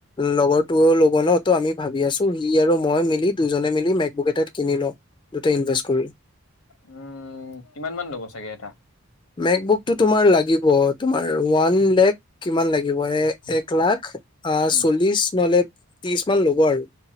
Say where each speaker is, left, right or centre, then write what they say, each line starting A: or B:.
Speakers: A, on the left; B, on the left.
A: লগৰ তোৱয়েও ল'ব ন ত আমি ভাবি আছো সি আৰু মই মিলি দুজনে মিলি মেক বোক এটা কিনি লও দুটা ইনভে কৰি।
B: উম কিমান মান ল'ব চাগে এটা।
A: মেক বুকতটো তোমাৰ লাগিব তোমাৰ ওৱান লেখ। কিমান লাগিব এ এক লাখ আহ
B: উম
A: চল্লিশ নহলে ত্ৰিশ মান ল'ব আৰু।